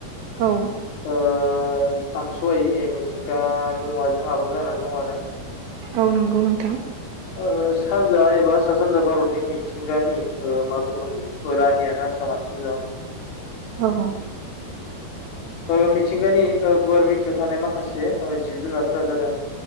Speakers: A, on the right (about 65°); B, on the left (about 85°).
A: औ
B: ओ सानस'यै मिथिंगानि मुवाजों आबुं जानानै दं आरो
A: औ नंगौ नोंथां।
B: ओ सानजा एबा सा सानजा भारतनि मिथिंगानि ओ मा बुंगोन बेखौ रानियानो आसामा <unintelligible>
A: औ
B: ओ मिथिंगानि ओ गुवार बिखायाव थानाय माखासे ओ जिब-जुनारफोरा जादों।